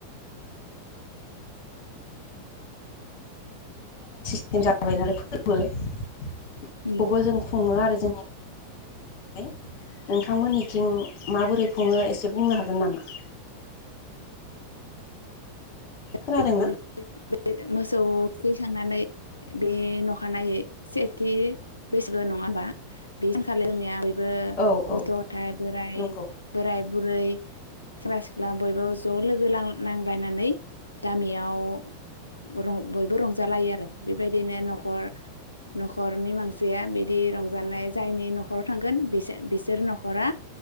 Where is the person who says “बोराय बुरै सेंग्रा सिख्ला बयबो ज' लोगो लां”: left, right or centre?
Left